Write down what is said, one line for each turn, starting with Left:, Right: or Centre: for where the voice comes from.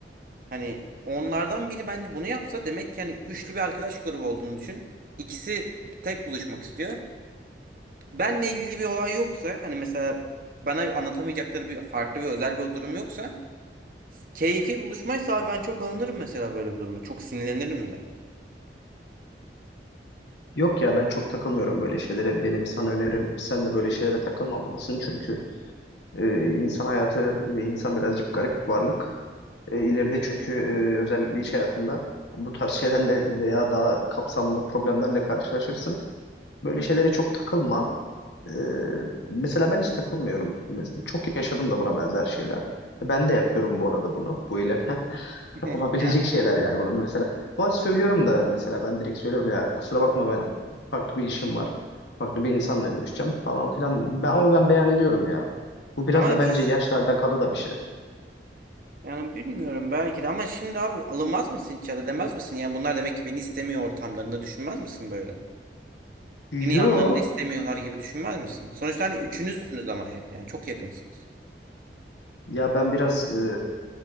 Right: Hani onlardan biri bence bunu yapsa demek ki hani üçlü bir arkadaş grubu olduğunu düşün. İkisi tek buluşmak istiyor. Benle ilgili bir olay yoksa hani mesela bana anlatamayacakları bir farklı ve özel bir durum yoksa keyfi buluşmaysa abi ben çok alınırım mesela böyle bir durumda. Çok sinirlenirim de.
Left: Yok ya ben çok takılmıyorum böyle şeylere. Benim sana önerim sen de böyle şeylere takılmamalısın. Çünkü e, insan hayatı ve insan birazcık garip varlık. E, ileride çünkü e, özellikle iş hayatında bu tarz şeylerle veya daha kapsamlı problemlerle karşılaşırsın. Böyle şeylere çok takılma. Ee, mesela ben hiç takılmıyorum. Mes- Çok yaşadım da buna benzer şeyler. Ben de yapıyorum bu arada bunu. Bu eylemi. <laughs>
Right: <laughs>
Left: Olabilecek
Right: Ya,
Left: şeyler yani bunu mesela. Ama söylüyorum da mesela ben direkt söylüyorum ya kusura bakma ben farklı bir işim var. Farklı bir insanla görüşeceğim falan filan. Ben, ama ben beyan ediyorum ya. Bu biraz
Right: ama
Left: da bence
Right: ş-
Left: yaşla alakalı da bir şey.
Right: yani bilmiyorum belki de ama şimdi abi alınmaz mısın hiç ya da demez misin? Yani bunlar demek ki beni istemiyor ortamlarında düşünmez misin böyle? Beni
Left: Yo
Right: yanlarında istemiyorlar gibi düşünmez misin? Sonuçta hani üçünüzsünüz ama hep yani çok yakınsınız.
Left: ya ben biraz e,